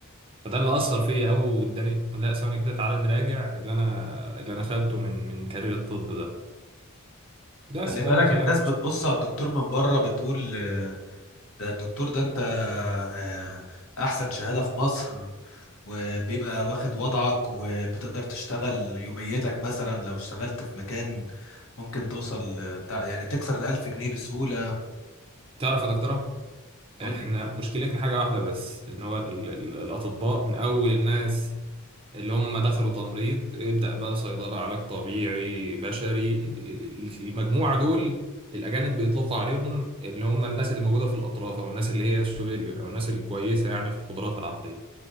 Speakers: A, on the right (about 25°); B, on the left (about 70°).
A: فده اللي اثر فيا قوي واداني لا ثواني كده تعالى نراجع اللي انا اللي انا خدته من من كارير الطب ده بس
B: خلي
A: ده
B: بالك
A: اللي خلاني
B: الناس بتبص على الدكتور من بره بتقول ده الدكتور ده انت آه، احسن شهادة في مصر وبيبقى واخد وضعك وبتقدر تشتغل يوميتك مثلا لو اشتغلت في مكان ممكن توصل ل- تع- يعني تكسر الألف جنيه بسهولة
A: تعرف يا دكتورة
B: قول
A: احنا
B: لي
A: مشكلتنا حاجة واحدة بس ان هو ال- ال- الاطباء من اول الناس اللي هم دخلوا تمريض ابدأ بقى صيدلة علاج طبيعي بشري ال- ال- ال- المجموعة دول الاجانب بيطلقوا عليهم اللي هم الناس اللي موجودة في الاطراف او الناس اللي هي السوبيريور او الناس الكويسة يعني في قدراتها العقلية